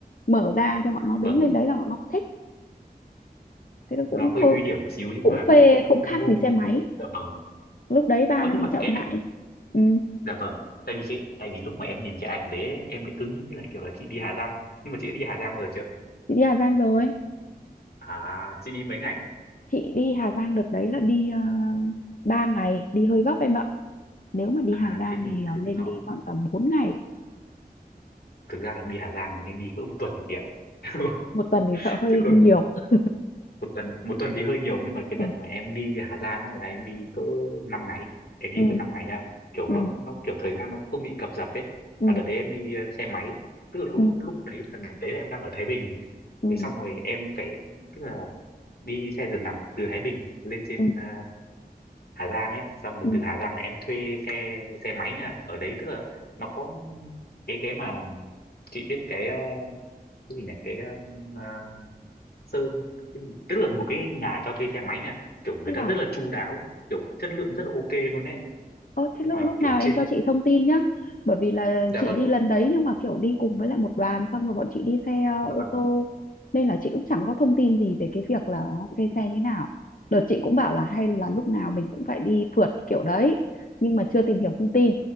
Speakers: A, on the left (about 55°); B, on the left (about 75°).
A: mở ra cho bọn nó
B: Vâng,
A: đứng lên đấy là bọn nó cũng thích thế nó
B: nó
A: cũng không
B: hơi nguy hiểm xíu nhưng
A: cũng
B: mà
A: phê
B: cũng cũng
A: không
B: cũng
A: khác
B: vui.
A: gì xe máy
B: Dạ vâng.
A: lúc đấy ba
B: Ơ
A: nó
B: nhưng
A: đi
B: mà
A: chậm
B: cái
A: lại ừ.
B: Dạ vâng, tại vì cái tại vì lúc mà em nhìn cái ảnh đấy ấy, em lại cứ nghĩ là kiểu là chị đi Hà Giang. Nhưng mà chị đã đi Hà Giang bao giờ chưa?
A: chị đi Hà Giang rồi
B: À, chị đi mấy ngày?
A: chị đi Hà Giang đợt đấy là đi uh, 3 ngày đi hơi gấp em ạ nếu mà đi
B: À,
A: Hà Giang
B: thế thì,
A: thì ờ,
B: thế
A: nên
B: thì nó
A: đi khoảng tầm bốn ngày
B: thực ra là đi Hà Giang thì nên đi cỡ một tuần chị ạ. <laughs>
A: một tuần thì sợ hơi
B: Chứ còn
A: hơi nhiều <laughs>
B: một tuần một tuần thì hơi nhiều nhưng mà cái
A: ừ,
B: đợt mà em đi Hà Giang ấy là em đi cỡ 5 ngày. Em đi
A: ừ,
B: cỡ 5 ngày nha. Kiểu
A: ừ,
B: nó nó kiểu thời gian nó không bị cập dập ấy.
A: ừ,
B: Mà đợt đấy em đi ờ, xe máy. Tức là lúc
A: ừ,
B: lúc đấy là đợt đấy là em đang ở Thái Bình.
A: ừ,
B: Thế xong rồi em phải tức là đi xe giường nằm từ Thái Bình lên trên
A: ừ,
B: ờ, Hà Giang ấy xong rồi
A: ừ.
B: từ Hà Giang là em thuê xe xe máy nha ở đấy tức là nó có cái cái mà chị biết cái ờ, cái gì nhỉ cái ờ, ờ, sơn cái gì? tức là một cái nhà cho thuê xe máy nha kiểu người
A: Thế
B: ta
A: là
B: rất là chu đáo kiểu chất lượng rất là ok luôn đấy
A: Ơ thế
B: nhưng
A: lúc
B: mà
A: lúc
B: kiểu
A: nào
B: trên
A: em cho chị thông tin nhá. Bởi vì là
B: dạ
A: chị
B: vâng
A: đi lần đấy nhưng mà kiểu đi cùng với lại một đoàn xong rồi bọn chị đi xe ờ,
B: dạ
A: ô
B: vâng
A: tô nên là chị cũng chẳng có thông tin gì về cái việc là thuê xe như nào. Đợt chị cũng bảo là hay là lúc nào mình cũng phải đi phượt kiểu đấy nhưng mà chưa tìm hiểu thông tin.